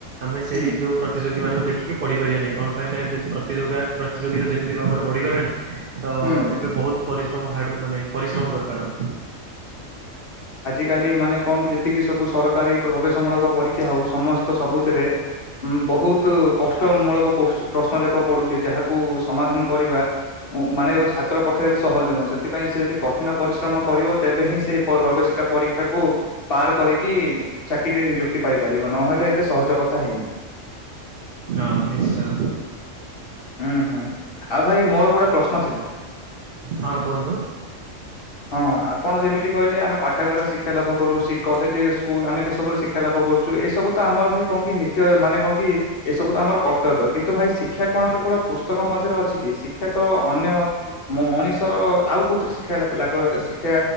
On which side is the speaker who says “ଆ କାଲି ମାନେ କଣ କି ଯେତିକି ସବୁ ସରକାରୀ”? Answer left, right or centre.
Left